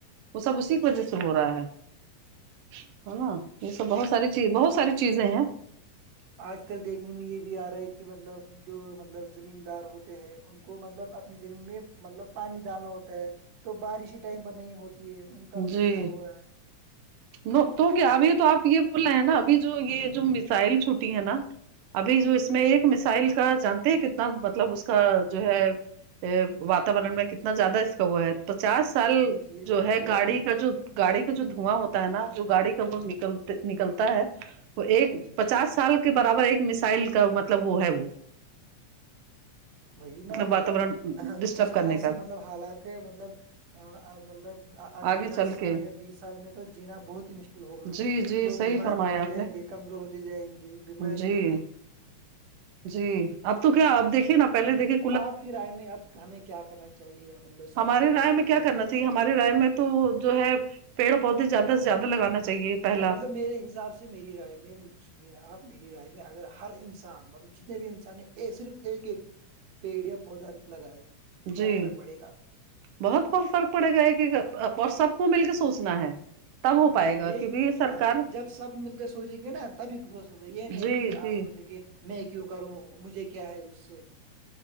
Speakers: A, on the right; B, on the right.
A: وہ سب اسی
B: جی
A: کی وجہ سے ہو رہا ہے ہے نا یہ سب بہت ساری چیز
B: ہاں
A: بہت ساری چیزیں ہیں
B: آج کل دیکھنے میں یہ بھی آ رہا ہے کہ مطلب جو مطلب لب زمین دار ہوتے ہیں ان کو مطلب اپنی زمین میں مطلب پانی ڈالنا ہوتا ہے تو بارش ہی ٹائم پر نہیں ہوتی ہے ان کا بھی نقصان
A: جی
B: ہو رہا ہے
A: ن تو کیا ابھی تو آپ یہ بول رہے ہیں نا ابھی جو یہ جو میسائل چھوٹی ہے نا ابھی جو اس میں ایک مسائل کا جانتے ہیں کتنا مطلب اس کا جو ہے ا واتورن میں کتنا زیادہ اس کا وہ ہے پچاس سال
B: ہاں جی جی
A: جو
B: بتائیے
A: ہے گاڑی
B: آپ
A: کا جو گاڑی کا جو دھواں ہوتا ہے نا جو گاڑی کا وہ نکلتے
B: جی
A: نکلتا ہے وہ ایک
B: جی
A: پچاس سال کے برابر ایک مسائل کا مطلب وہ ہے وہ
B: وہی نا
A: واتاورن
B: مطلب
A: ڈسٹرب
B: جس
A: کرنے
B: طرح
A: کا
B: سے مطلب حالات ہے مطلب مطلب اگلے
A: آگے
B: دس
A: چل
B: سال
A: کے
B: یا بیس سال میں تو جینا بہت ہی مشکل ہوگا
A: جی جی
B: لوگ
A: صحیح
B: بیمار
A: فرمایا
B: پڑتے
A: آپ
B: جائیں
A: نے
B: گے کمزور ہوتے جائیں گے بیماریاں
A: جی
B: نکلیں گی
A: جی اب تو کیا آپ
B: گی
A: دیکھیے نا پہلے دیکھے
B: آپ کی رائے میں اب ہمیں کیا کرنا چاہیے مطلب
A: ہمارے
B: سرکار کو
A: رائے
B: کیا
A: میں
B: قدم
A: کرنا
B: اٹھانا
A: ہمارے
B: چاہیے
A: رائے میں تو جو ہے پیڑ پودے زیادہ سے زیادہ لگانا چاہیے پہلا
B: مطلب میرے حساب سے میری رائے میں آپ میری رائے میں اگر ہر انسان مطلب جتنے بھی انسان ہیں صرف ایک ایک پیڑ یا پودا لگائے تو کیا
A: جی
B: فرق پڑے گا
A: بہت بہت فرق پڑے گا کہ اور سب کو مل کے سوچنا ہے تب ہو
B: جی
A: پائے گا
B: یہی
A: کیونکہ یہ سرکار
B: ہاں جب سب مطلب سوچیں گے نا تبھی کچھ ہو سکتا یہ
A: جی
B: نہیں کہ
A: جی
B: آپ سوچیں گے میں کیوں کروں مجھے کیا ہے اس سے